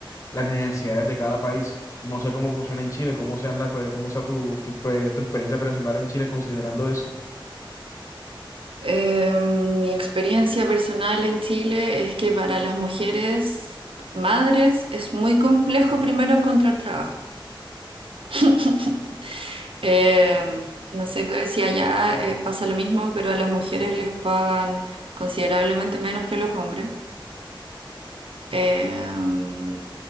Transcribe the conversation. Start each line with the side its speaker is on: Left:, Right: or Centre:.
Left: las necesidades de cada país. No sé cómo funciona en Chile, cómo sea, la, cue- cómo sea tu, tu, pe- tu experiencia personal en Chile considerando eso.
Right: Eh, mi experiencia personal en Chile es que para las mujeres madres es muy complejo primero encontrar trabajo. <laughs> Eh, no sé qué- si allá eh, pasa lo mismo, pero a las mujeres les pagan considerablemente menos que a los hombres. Eh,